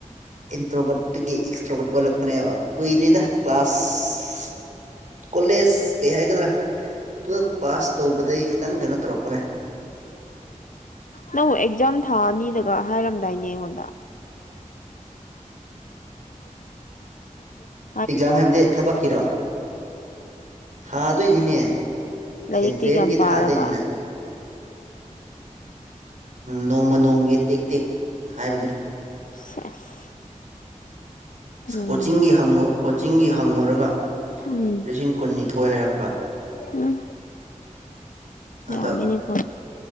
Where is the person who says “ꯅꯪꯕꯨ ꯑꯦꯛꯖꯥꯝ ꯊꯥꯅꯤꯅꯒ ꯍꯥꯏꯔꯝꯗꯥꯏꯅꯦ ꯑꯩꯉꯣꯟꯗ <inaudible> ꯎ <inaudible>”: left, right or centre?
Left